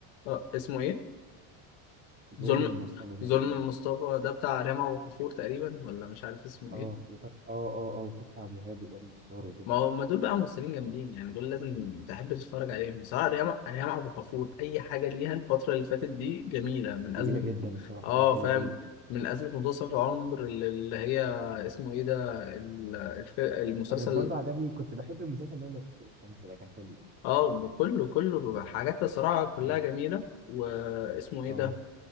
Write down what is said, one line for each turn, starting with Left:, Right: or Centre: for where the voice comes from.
Left: اه اسمه إيه؟
Right: ظلم
Left: ظلم
Right: المصطبه باين
Left: ظلم مصطفى ده بتاع ريهام عبد الغفور تقريبا ولا مش عارف اسمه
Right: اه
Left: إيه؟
Right: وفتح اه اه اه وفتحي عبد الوهاب واياد نصار وكده
Left: ما هو ما دول بقى ممثلين جامدين يعني دول لازم تحب تتفرج عليهم بصراحة ريما ريما عبد الغفور أي حاجة ليها الفترة اللي فاتت دي جميلة من أزمة
Right: تقيله جدا الصراحه
Left: <laughs> اه
Right: اه حلوه
Left: فاهم
Right: قوي
Left: من أزمة منتصف العمر اللي اللي هي اسمه إيه ده ال- الف- المسلسل
Right: انا برضه عجبني كنت بحب المسلسل اللي هو لا تطفئ الشمس ده كان حلو
Left: اه كله كله حاجات الصراحة كلها
Right: اه
Left: جميلة واسمه إيه
Right: اه
Left: ده